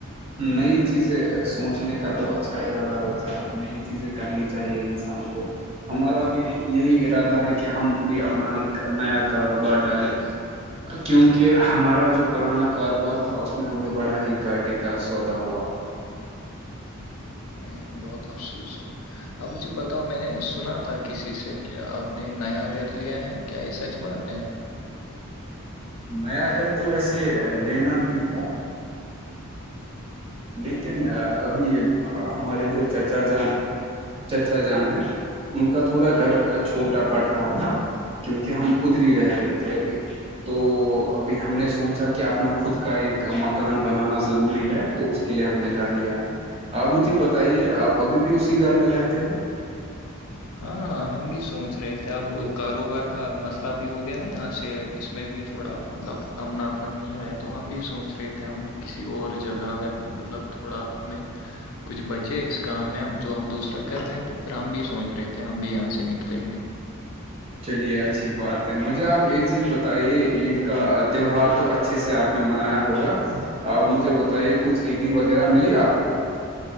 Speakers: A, on the right (about 25°); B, on the left (about 70°).
A: نئی چیزیں سوچنے کا تو اچھا ارادہ ہوتا ہے نئی چیزیں کرنی چاہیے انسان کو ہمارا بھی یہی ارادہ ہے کہ ہم بھی اپنا ایک نیا کاروبار ڈالیں کیونکہ ہمارا جو پرانا کاروبار تھا اس میں ہمیں بڑا ہی گاٹ کاا سودا ہوا
B: نہیں بہت افسوس ہو آپ مجھے بتاؤ میں نے سنا تھا کسی سے کہ آپ نے نیا گھر لیا ہے کیا یہ سچ بات ہے
A: میں اگر تو ویسے لینا نہیں تھا لیکن ابھی ہمارے جو چچا جان چچا جان ہے ان کا تھوڑا گھر چھوٹا پڑ رہا تھا کیونکہ ہم ادری رہ رہے تھے ابھی تو ابھی ہم نے سوچا کہ اپنا خود کا ایک مکان بنانا ضروری ہے تو اس کے لیے ہم نے گھر لیا ہے آپ مجھے بتائیے آپ ابھی بھی اسی گھر میں رہتے ہو
B: ہاں ہم بھی سوچ رہے تھے اب کاروبار کا مس مطلاب ہو گیا نا یہاں سے اس میں بھی تھوڑا مطلب اتنا منافع نہیں آیا تو ہم بھی سوچ رہے تھے ہم کسی اور جگہ اگر مطلب تھوڑا ہمیں کچھ بچے اس کام میں اب جو ہم دوسرا کر رہے ہیں تو پھر ہم بھی سوچ رہے تھے ہم بھی یہاں سے نکلیں گے
A: چلیے اچھی بات ہے مجھے آپ ایک چیز بتائیے
B: گے۔
A: عید کا تہوہار تو اچھا اچھے سے آپ نے منایا ہوگا آپ مجھے بتائیے کچھ عیدی وغیرہ ملی آپ کو